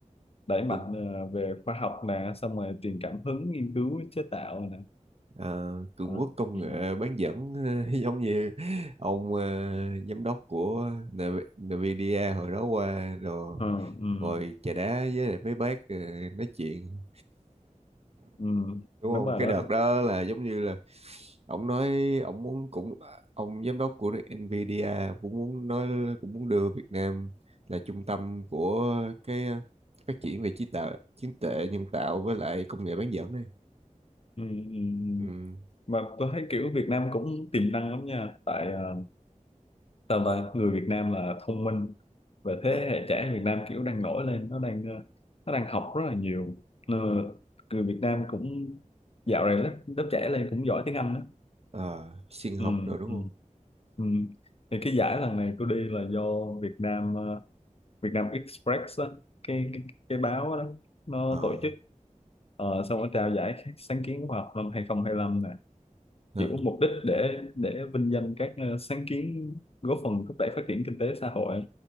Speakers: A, on the left (about 50°); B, on the right (about 50°).
A: đẩy mạnh
B: cường
A: ờ, về khoa học nè xong rồi truyền cảm hứng nghiên cứu chế tạo nè
B: ờ, cường
A: đó
B: quốc công
A: ừ.
B: nghệ bán dẫn <laughs> giống như ông ờ, giám đốc của Nv- Nvidia hồi đó qua rồi
A: Ờ, ừ,
B: ngồi chà đá với lại mấy bác ờ, nói chuyện
A: ừ,
B: đúng
A: đúng
B: không
A: rồi
B: cái
A: đó
B: đợt đó là giống như là ông nói ông muốn cũng ông giám đốc của Nvidia cũng muốn nói cũng muốn đưa Việt Nam là trung tâm của cái ờ, phát triển về trí tạo trí tuệ nhân tạo với lại công nghệ bán dẫn này
A: ừ, ừ. ừ.
B: ừ.
A: mà tôi thấy kiểu Việt Nam cũng tiềm năng lắm nha tại ờ, sao ta người Việt Nam là thông minh và thế
B: À,
A: hệ trẻ Việt Nam kiểu đang nổi lên nó đang ờ, nó đang học rất là nhiều Ờ,
B: ừ.
A: người Việt Nam cũng dạo này lớp, lớp trẻ lên cũng giỏi tiếng Anh đó
B: ờ, sinh học
A: ừ,
B: rồi đúng
A: ừ.
B: không
A: Ừ. Thì cái giải lần này tôi đi là do Việt Nam ờ, Việt Nam Express đó, cái, cái cái báo đó nó
B: ờ
A: tổ chức ờ, xong nó trao giải sáng kiến khoa học năm hai không hai lăm nè
B: ờ,
A: kiểu mục đích để để vinh danh các ờ, sáng kiến góp phần thúc đẩy phát triển kinh tế xã hội